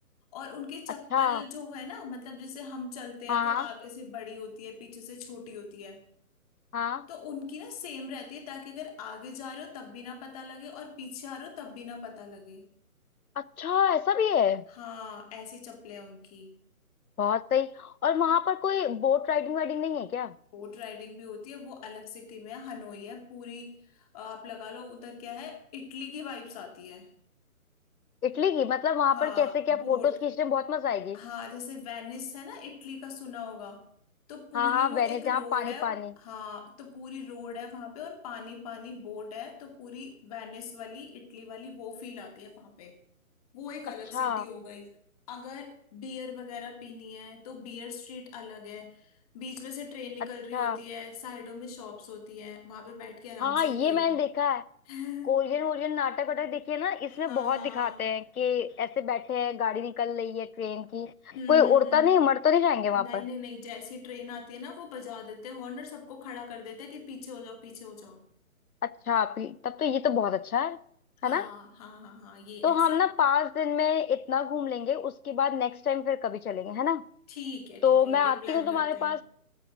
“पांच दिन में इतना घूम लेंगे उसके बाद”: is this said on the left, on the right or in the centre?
Left